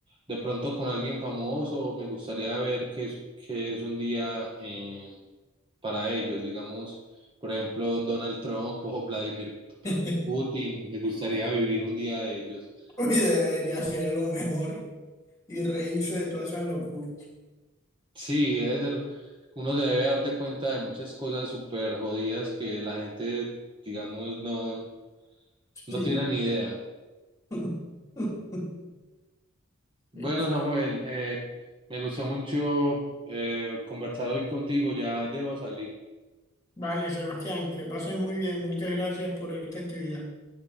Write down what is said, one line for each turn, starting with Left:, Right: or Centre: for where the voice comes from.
Right: de pronto con alguien famoso me gustaría ver qué es, qué es un día eh, para ellos, digamos, por ejemplo, Donald Trump o Vladimir
Left: <laughs>
Right: Putin. Me gustaría vivir un día de ellos.
Left: Uy, debería ser lo mejor y reírse de todas esas locuras.
Right: Sí, debe ser, uno se debe dar de cuenta de muchas cosas súper jodidas que la gente, digamos, no, no
Left: Sí.
Right: tiene ni idea.
Left: <laughs> Sí,
Right: Bueno,
Left: sí.
Right: Samuel, eh, me gustó mucho eh, conversar hoy contigo, ya debo salir.
Left: Vale, Sebastián, que pases muy bien. Muchas gracias por esta actividad.